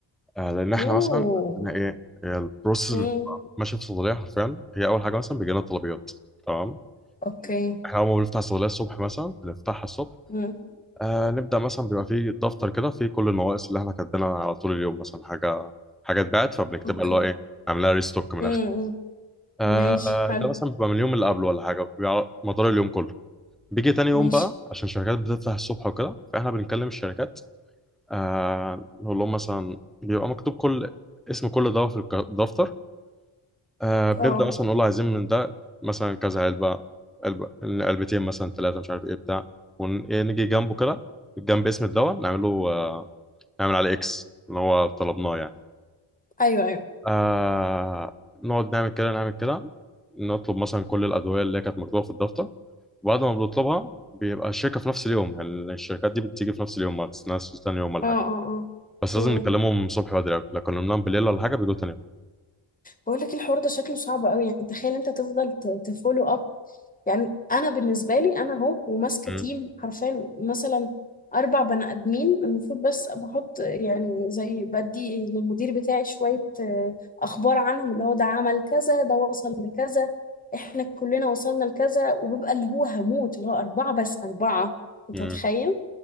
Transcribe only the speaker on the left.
اوه
امم
اوكي
امم
اوكي
امم
ماشي حلو
ماشي
اه
ايوه ايوه
اه
اه اه
امم
بقول لك الحوار ده شكله صعب قوي يعني تخيل انت تفضل تفولو اب يعني انا بالنسبه لي انا اهو وماسكه
تيم حرفيا مثلا اربع بني ادمين المفروض بس بحط يعني زي بدي للمدير بتاعي شويه آه، اخبار عنهم اللي هو ده عمل كذا ده وصل لكذا احنا كلنا وصلنا لكذا وبيبقى اللي هو هموت اللي هو اربعه بس اربعه انت
متخيل